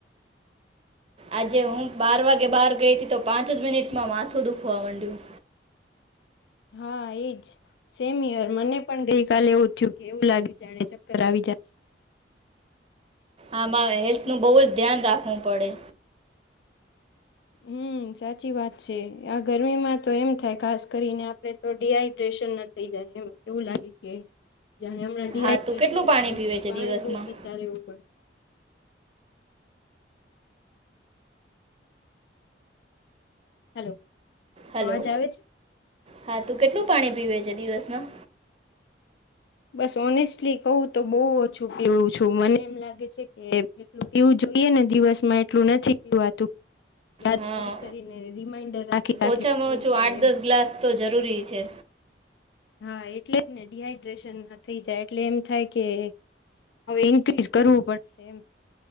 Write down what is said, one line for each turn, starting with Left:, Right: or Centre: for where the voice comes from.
Right: આજે હું બાર વાગે બાર ગઈ હતી તો પાંચ જ મિનિટમાં માથું દુખવા મંડ્યું.
Left: હા એજ સેમ યર મને પણ ગઈ કાલે એવું થયું કે એવું લાગ્યું જાણે ચક્કર આવી જાશે.
Right: આમાં હેલ્થ નું બહુ જ ધ્યાન રાખવું પડે.
Left: હમ્મ સાચી વાત છે. આ ગરમીમાં તો એમ થાય ખાસ કરીને આપડે તો ડીહાઈડ્રેશન ના થઈ જાય એમ એવું લાગે કે જાને હમના ડીહાઈડ્રેશન
Right: હા તું કેટલું
Left: જ
Right: પાણી
Left: થઈ
Right: પીવે
Left: જાય
Right: છે
Left: પાણી
Right: દિવસમાં
Left: બહુ પીતા રહેવું પડે. હેલો.
Right: હલો
Left: અવાજ આવે છે?
Right: હા તું કેટલું પાણી પીવે છે દિવસમાં?
Left: બસ ઓનેસ્ટલી કહું તો બહુ ઓછું પીવું છું. મને એમ લાગે છે કે જેટલું પીવું જોઈએ ને દિવસમાં એટલું નથી પીવાતું. યાદ
Right: હા
Left: કરી કરીને રી રિમાઈન્ડર રાખી રાખીને
Right: ઓછામાં
Left: પીવું
Right: ઓછું
Left: પડે
Right: આઠ
Left: એમ.
Right: દસ ગ્લાસ તો જરૂરી છે
Left: હા એટલે જ ને ડડીહાઈડ્રેશન ના થઈ જાય એટલે એમ થાય કે હવે ઇન્ક્રીઝ કરવું પડશે એમ